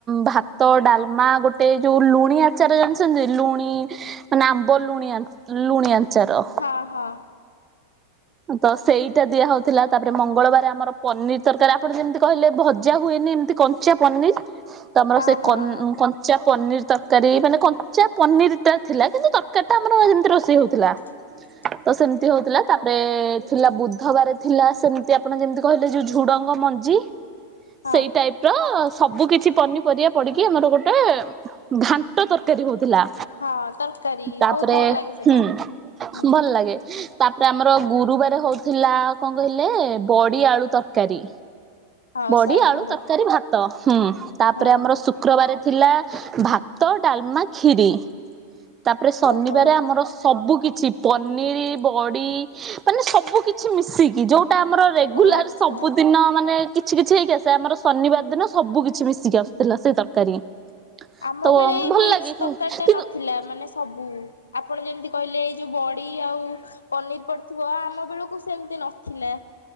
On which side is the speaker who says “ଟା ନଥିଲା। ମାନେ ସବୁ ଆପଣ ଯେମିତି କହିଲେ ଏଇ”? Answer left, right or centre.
Left